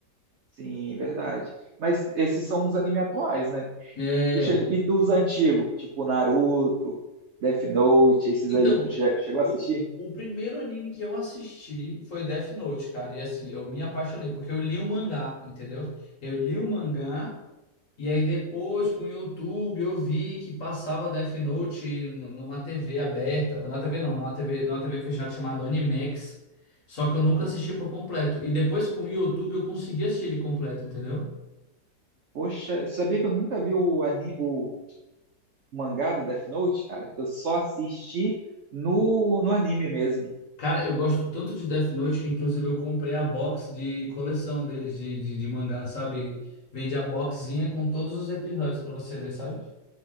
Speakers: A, on the right; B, on the left.
A: Sim, verdade. Mas esses são os animes atuais, né?
B: É.
A: Tu chegou, e dos antigos, tipo Naruto, Death Note, esses
B: Então,
A: aí, tu che- chegou a
B: o,
A: assistir?
B: o primeiro anime que eu assisti foi Death Note, cara, e assim, eu me apaixonei, porque eu li o mangá, entendeu? Eu li o mangá. E aí depois com o YouTube eu vi que passava Death Note n- numa TV aberta, na TV não, numa TV, numa TV fechada chamada Animax. Só que eu nunca assisti por completo. E depois com o YouTube eu consegui assistir ele completo, entendeu?
A: Poxa, sabia que eu nunca vi o, ani, o mangá do Death Note, cara? Eu só assisti no, no anime mesmo.
B: Cara, eu gosto tanto de Death Note que inclusive eu comprei a box de coleção deles de, de, de mangá, sabe? Vende a boxinha com todos os episódios pra você ler, sabe?